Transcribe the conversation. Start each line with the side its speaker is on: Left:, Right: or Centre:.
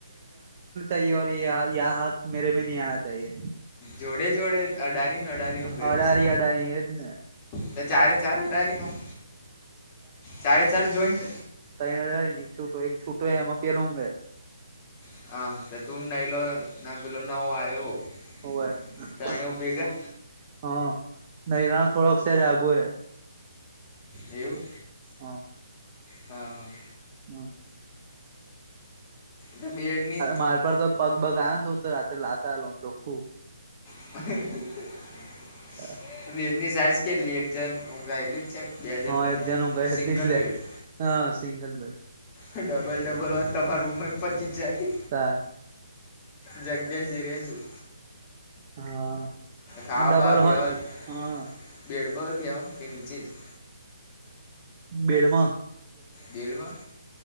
Right: આયો <unintelligible>
Left: જોડે જોડે અડારીન અડારીન ઊંઘે એવુ
Right: અડારી
Left: શે
Right: અડારી એજ ને
Left: તો ચારે ચાર અડારીન આમ ચારે ચાર જોઈન્ટ
Right: તણય અડારીન અન એક શુટો--એક શુટો એમા પેલો ઊંઘે
Left: <unintelligible>
Right: <unintelligible>
Left: તો એને ભેગા એવું
Right: હા
Left: હા હા
Right: <unintelligible>
Left: તો બેડની
Right: માર પર તો પગ બગ આયો ન તો હું તો લાત આલુ ચોખ્ખું
Left: <inaudible>
Right: ત
Left: બેડની સાઈઝ કેટલી એક જન ઊંઘાય એટલી જ છે બે જનનુ
Right: હા એક જણ ઊંઘે
Left: સિંગલ
Right: એટલી જ લે
Left: બેડ
Right: હા સિંગલ બેડ.
Left: ડબલ ડબલ હોત તમાર રુમ પચી જાય.
Right: તાર
Left: જગ્યા જી રહ છું.
Right: હા.
Left: ખાવા
Right: અને ડબલ
Left: બાવા બેહો
Right: હોત
Left: તો
Right: હા
Left: બેડ પર જ બેહો કે નીચે જ.
Right: બેડ મ
Left: દેડમાં